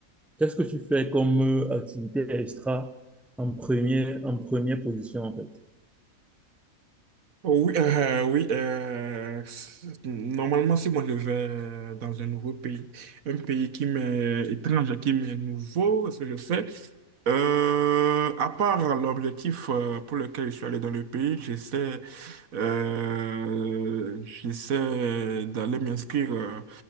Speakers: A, in the centre; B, on the right.
A: Qu'est-ce que tu fais comme euh, activité extra en première, en première position, en fait?
B: Oh, oui, euh, oui euh, s- normalement, si moi je vais euh, dans un nouveau pays, un pays qui m'est étrange, qui m'est nouveau, ce que je fais, euh, à part l'objectif euh, pour lequel je suis allé dans le pays, j'essaie euh, j'essaie d'aller m'inscrire euh,